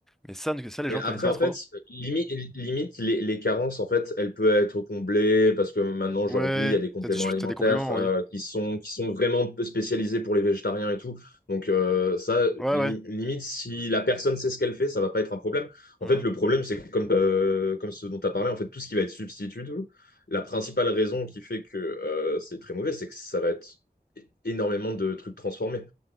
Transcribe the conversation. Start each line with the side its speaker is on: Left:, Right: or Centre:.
Centre: Mais ça, ça, les
Left: Mais
Centre: gens
Left: après,
Centre: connaissent pas
Left: en
Centre: trop.
Left: fait, limi- limite, les, les carences, en fait, elles peuvent être comblées parce que maintenant,
Centre: Ouais,
Left: aujourd'hui, il y a des compléments
Centre: t'as des,
Left: alimentaires
Centre: t'as des compliments,
Left: euh,
Centre: oui.
Left: qui sont, qui sont vraiment spécialisés pour les végétariens et tout. Donc, euh, ça,
Centre: Ouais,
Left: li-
Centre: ouais.
Left: limite, si la personne sait ce qu'elle fait, ça va pas être un problème.
Centre: Hmm.
Left: En fait, le problème, c'est que comme, euh, comme ce dont tu as parlé, en fait, tout ce qui va être substitut, tout, la principale raison qui fait que euh, c'est très mauvais, c'est que ça va être é- énormément de trucs transformés.